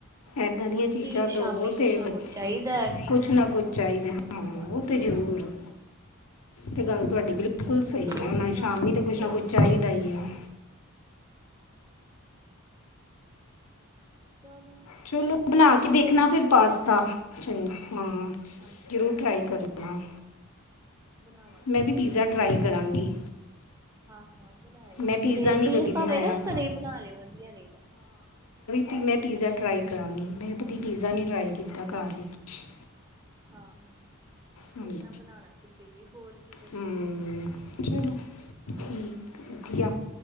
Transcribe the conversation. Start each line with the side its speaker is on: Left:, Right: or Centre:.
Left: ਇੱਦਾਂ
Right: ਹੋਰ
Left: ਦੀਆਂ ਚੀਜ਼ਾਂ
Right: ਕੀ
Left: ਦਵੋ
Right: ਸ਼ਾਮੀ ਕੁਛ
Left: ਤੇ ਬੱਚ
Right: ਨਾ ਕੁਛ ਚਾਹੀਦਾ ਇਹ
Left: ਕੁਛ
Right: ਬਣਾ
Left: ਨਾ ਕੁਛ
Right: ਕੇ ਦੋ,
Left: ਚਾਹੀਦਾ
Right: ਮੈਗੀ
Left: ਹਾਂ
Right: ਬਣਾਓ, ਪਾਸਤਾ
Left: ਉਹ ਤੇ
Right: ਬਣਾਓ
Left: ਜ਼ਰੂਰ ਤੇ ਗੱਲ ਤੁਹਾਡੀ
Right: ਹੁਣ
Left: ਬਿਲਕੁਲ
Right: ਕਦੀ
Left: ਸਹੀ
Right: ਕੋਲਡ ਕੋਫੀ
Left: ਹੈ ਉਹਨਾਂ
Right: ਬਣਾ
Left: ਸ਼ਾਮੀ
Right: ਕੇ ਦੋ
Left: ਤਾਂ ਕੁਛ
Right: ਇਹ
Left: ਨਾ ਕੁਛ ਚਾਹੀਦਾ
Right: ਕੋਫੀ ਬੜੇ
Left: ਹੀ
Right: ਪੀਂਦੇ
Left: ਹੈ
Right: ਚਲੌ
Left: ਚਲੋ
Right: ਹੁਣ ਬਣਾਵਾਂਗੀ
Left: ਬਣਾ ਕੇ ਦੇਖਣਾ
Right: ਪਸਤਾ।
Left: ਫਿਰ ਪਾਸਤਾ ਚੰਗਾ ਹਾਂ
Right: ਹਾਂਜੀ
Left: ਜ਼ਰੂਰ ਟਰਾਈ ਕਰਨਾ
Right: ਬਣਾ ਬਣਾਵਾਂਗੀ
Left: ਮੈਂ
Right: ਫਿਰ
Left: ਵੀ
Right: ਦੱਸਾਂਗੀ।
Left: ਪੀਜ਼ਾ ਟਰਾਈ ਕਰਾਂਗੀ
Right: ਹਾਂ-ਹਾਂ ਬਣਾਇਓ
Left: ਮੈਂ ਪੀਜ਼ਾ
Right: ਘਰੇ
Left: ਨਹੀਂ
Right: ਬੀਂਸ
Left: ਕਦੀ ਬਣਾਇਆ
Right: ਭਾਵੇ ਨਾ ਘਰੇ ਬਣਾ ਲਿਓ ਵਧੀਆ ਰਹੇਗਾ।
Left: ਅਤੇ ਮੈਂ ਪੀਜ਼ਾ ਟਰਾਈ ਕਰਾਂਗੀ ਮੈਂ। ਕਦੀ ਪੀਜ਼ਾ ਨਹੀਂ ਟਰਾਈ
Right: ਹਾਂਜੀ
Left: ਕੀਤਾ ਘਰ ਵਿੱਚ
Right: ਹਾਂ
Left: ਹਾਂਜੀ
Right: ਕੋਈ ਨਾ ਬਣਾਣਾ ਤੁਸੀਂ ਵੀ, ਹੋਰ ਕੀ ਬੱਚੇ
Left: ਹਮ
Right: ਖ਼ੁਸ਼ ਹੋ ਜਾਂਦੇ ਨੇ ਹੋਰ
Left: ਚਲੋ ਠੀਕ ਵਧੀਆ